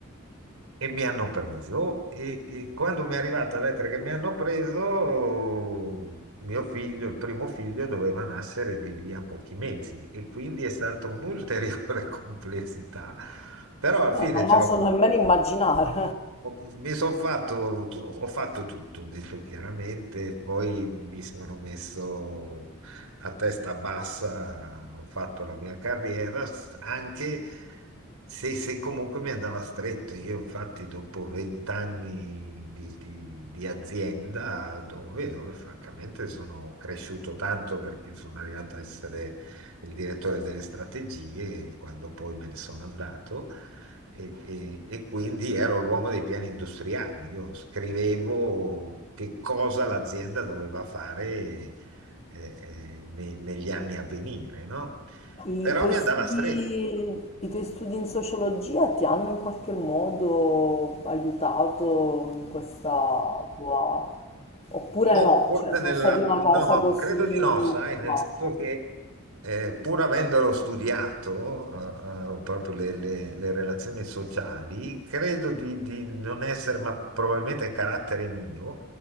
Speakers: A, on the right; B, on the left.
A: e mi hanno preso e, e quando mi è arrivata la lettera che mi hanno preso, mio figlio, il primo figlio, doveva nascere di lì a pochi mesi e quindi è stata un'ulteriore <laughs> complessità. Però alla fine
B: Eh, non
A: ce
B: oso
A: l'ho fatta.
B: nemmeno immaginare.
A: Ho- Mi sono fatto, tu- ho fatto tutto, ho detto chiaramente, poi mi sono messo a testa bassa, ho fatto la mia carriera, s- anche se, se comunque mi andava stretto. Io infatti dopo vent'anni di, di- di azienda, dove, dove francamente sono cresciuto tanto perché sono arrivato a essere il direttore delle strategie, quando poi me ne sono andato. E, e- e quindi ero l'uomo dei piani industriali. Io scrivevo che cosa l'azienda doveva fare eh, eh, ne- negli anni a venire, no?
B: I
A: Però
B: tuoi
A: mi
B: studi,
A: andava stretto.
B: i tuoi studi in sociologia ti hanno in qualche modo aiutato in questa tua... oppure
A: Boh,
B: no?
A: forse
B: Cioè, sono
A: nella...
B: stati
A: No,
B: una cosa così...
A: credo di no, sai,
B: basta.
A: nel senso che eh, pur avendolo studiato, eh, eh, proprio le, le- le relazioni sociali, credo di, di non essere, ma probabilmente è carattere mio,